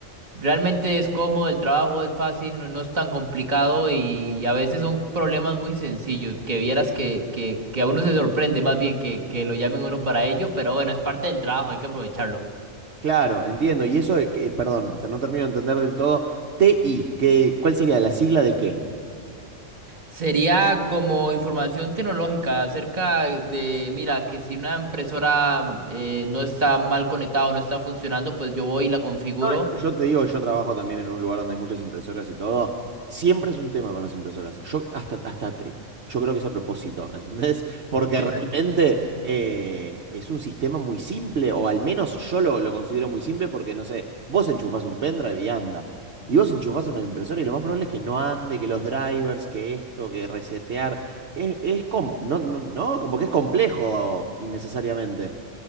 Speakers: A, on the right; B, on the right.
A: Realmente es cómodo, el trabajo es fácil, no, no es tan complicado y a veces son problemas muy sencillos, que vieras que, que, que a uno se sorprende más bien que, que lo llamen a uno para ello, pero bueno, es parte del trabajo, hay que aprovecharlo.
B: Claro, entiendo. Y eso, eh, que- eh, perdón, te- no termino de entender del todo. TI, ¿qué, cuál sería la sigla de qué?
A: Sería como información tecnológica acerca de, mira, que si una impresora eh, no está mal conectada o no está funcionando, pues yo voy y la configuro.
B: No, es que yo te digo, yo trabajo también en un lugar donde hay muchas impresoras y todo. Siempre es un tema con las impresoras. Yo hasta, hasta te- yo creo que es a propósito, <laughs> ¿entendés? Porque
A: <laughs>
B: realmente eh, es un sistema muy simple, o al menos yo lo, lo considero muy simple porque, no sé, vos enchufás un pendrive y anda. Y vos enchufás una impresora y lo más probable es que no ande, que los drivers, que esto, que resetear. Es, es com- no, no, no, como que es complejo innecesariamente.